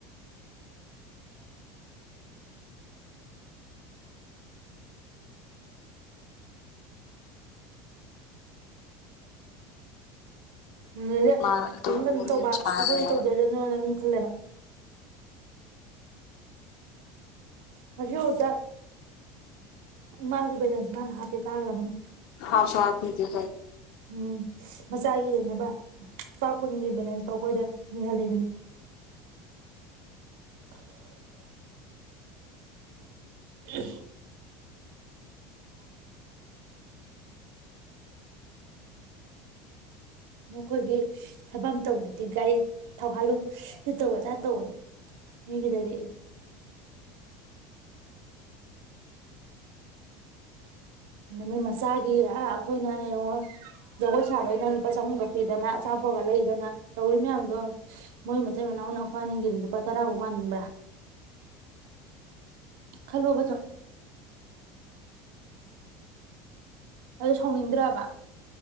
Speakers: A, on the right; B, on the left.
A: ꯑꯗꯨꯗꯩꯗꯤ
B: ꯃꯥ ꯑꯗꯨꯝ
A: ꯀꯩꯅꯣ ꯀꯩꯅꯣ ꯇꯧꯕ
B: ꯁꯥꯔꯦ
A: ꯑꯈꯣꯏꯅ ꯇꯧꯖꯥꯖꯥꯅꯣꯅ ꯑꯗꯨꯝ ꯈꯜꯂꯦ ꯉꯥꯁꯤꯐꯧꯗꯥ ꯃꯥꯒꯤ ꯕꯤꯂꯦꯟꯁ ꯃꯥꯅ ꯍꯥꯄꯦ ꯇꯥꯒꯔꯕꯅꯦ
B: ꯍꯥꯞꯁꯨ ꯍꯥꯞꯄꯤꯗꯦ
A: ꯎꯝ ꯃꯆꯥꯒꯤ ꯌꯦꯡꯅꯕ ꯂꯨꯄꯥ ꯀꯨꯟꯒꯤ ꯕꯦꯂꯦꯟꯁ ꯐꯥꯎ ꯑꯩꯈꯣꯏꯗ ꯅꯤꯍꯜꯂꯤꯅꯦ <unintelligible> ꯎꯝ ꯑꯈꯣꯏꯒꯤ ꯊꯕꯛ ꯑꯃꯥ ꯇꯧꯕꯗꯗꯤ ꯒꯥꯔꯤ ꯊꯥꯎꯍꯥꯜꯂꯨ ꯑꯗꯨ ꯇꯧ ꯑꯗꯥ ꯇꯧ ꯃꯤꯒꯤꯗꯗꯤ ꯃꯣꯏ ꯃꯆꯥꯒꯤ ꯑꯥ ꯑꯩꯈꯣꯏꯅ ꯌꯦꯡꯉꯣ ꯖꯒꯣꯏ ꯁꯥꯕꯒꯤꯗꯥ ꯂꯨꯄꯥ ꯆꯥꯍꯨꯝꯒ ꯄꯤꯗꯅ ꯑꯆꯥꯄꯣꯠ ꯂꯩꯗꯅ ꯇꯧꯔꯤ ꯃꯌꯥꯝꯗꯣ ꯌꯦꯡꯉꯣ ꯃꯣꯏ ꯃꯇꯩ ꯃꯅꯥꯎꯅ ꯑꯈꯣꯏꯕꯥꯅꯤꯒꯤ ꯂꯨꯄꯥ ꯇꯔꯥꯐꯧ ꯃꯥꯅꯤꯡꯕ꯭ꯔꯥ ꯈꯜꯂꯣꯕꯥ ꯗꯣ ꯑꯗꯨ ꯁꯥꯎꯅꯤꯡꯗ꯭ꯔꯕꯥ